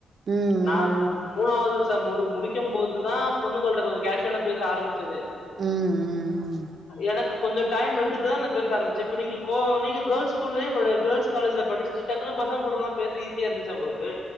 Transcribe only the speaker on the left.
நா மூணாவ்து எக்ஸாம் முடி முடிக்கு போதுதா பொண்ணுங்கள்ட்ட கொஞ்ச கேஷுவல பேச ஆரம்பிச்சது
எனக்கு கொஞ்சோ டைம் எடுத்துட்டு தா நா பேச ஆரம்பிச்ச இப்ப நீங்க கோ நீங்க கேள்ஸ் ஸ்கூல்லயே படி கேள்ஸ்காலேஜ்லா படிச் சு டக்குனு பசங்க கூட எல்லா பேச ஈஸியா இருந்துச்சா உங்களுக்கு